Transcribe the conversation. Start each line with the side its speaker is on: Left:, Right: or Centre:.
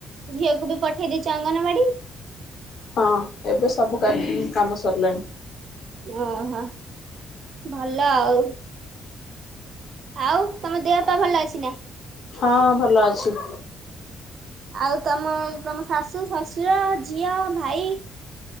Right: ଝିଅକୁ ବି ପଠେଇ ଦେଇଛ ଅଙ୍ଗନବାଡି,
Left: ହଁ ଏବେ ସବୁ କାମ ସରିଲାଣି।
Right: ଓହୋ ଭଲ ଆଉ। ଆଉ ତମ ଦେହ ବାପା ଭଲ ଅଛି ନା?
Left: ହଁ ଭଲ ଅଛି।
Right: ଆଉ ତମ ତମ ଶାଶୁ ଶଶୁର ଝିଅ ଭାଇ